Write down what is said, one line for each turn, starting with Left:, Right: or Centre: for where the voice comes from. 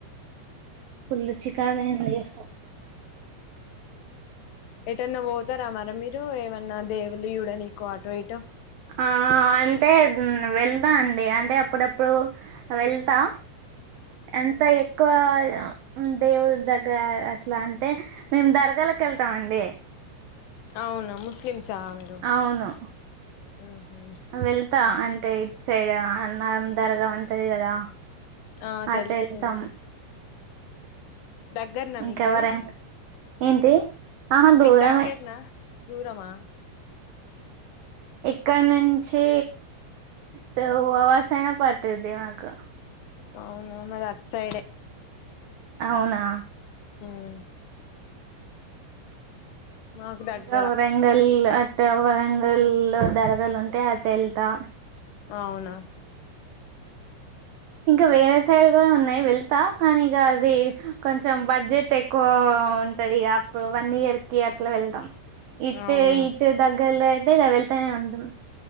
Right: ఫుల్లు చికాగా ఎండఎస్
Left: ఎటన్నా పోతారా మరా మీరు ఏమన్నా దేవులు చుడానీకు ఆటో ఇటో
Right: ఆ అంటే ఉ వెళ్దా అండి అంటే అప్పుడుప్పుడు వెళ్తా ఎంత ఎక్కువ అ ఉ దేవుడి దగ్గర అట్లా అంటే మేము దరగాలకు వెళ్తాం అండి.
Left: అవునా ముస్లిమ్స మీరు
Right: అవును
Left: ఉహు
Right: వెళ్తా అంటే ఇటు సైడ్ అన్నం దరగ ఉంటది కదా
Left: ఆ తెలుసు
Right: అటు వెళ్తాం
Left: తెలుసు దగ్గరనా
Right: ఇంకెవరైనా
Left: మీకు అది,
Right: ఏంటి ఆహా దూరమే
Left: మీకు దగ్గరనా? దూరమా?
Right: ఇక్కడ నుంచి టూ అవర్స్ అయిన పట్టుది మాకు
Left: అవును మది అటు సైడే
Right: అవునా
Left: హమ్ మాకు దగ్గర
Right: ఇంకా వరంగల్ అట్ట వరంగల్ లో దరగాలు ఉంటే అటు వెళ్తా
Left: అవునా
Right: ఇంకా వేరే సైడ్ గుడా ఉన్నాయ్ వెళ్తా కానీ ఇగా అది కొంచెం బడ్జెట్ ఎక్కువా ఆ ఉంటది ఇగ అప్పుడు వన్ ఇయర్ కి అట్ల వెళ్తాం ఇట్టే
Left: అవును
Right: ఇటే దగ్గర్లో అయితే వెళ్తనే ఉంటం